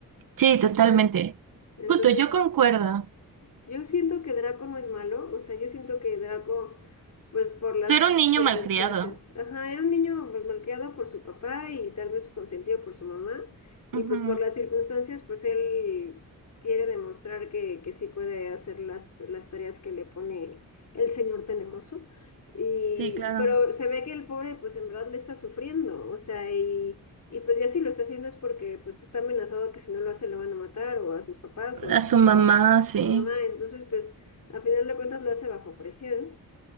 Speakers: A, on the right; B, on the left.
A: Sí, totalmente.
B: Entonces,
A: Justo, yo concuerdo.
B: Yo siento que Draco no es malo, o sea, yo siento que Draco, pues por las
A: Ser
B: circunstancias,
A: un niño malcriado.
B: ajá, era un niño pues malcriado por su papá y tal vez consentido por su mamá, y
A: Ujú.
B: pues por las circunstancias, pues él quiere demostrar que, que sí puede hacer las, las tareas que le pone el señor tenebroso, y,
A: Sí, claro.
B: pero se ve que el pobre pues en verdad le está sufriendo, o sea, y, y pues ya si lo está haciendo es porque pues está amenazado que si no lo hace lo van a matar o a sus papás o a,
A: A
B: su-
A: su mamá, sí.
B: su mamá, entonces pues a final de cuentas lo hace bajo presión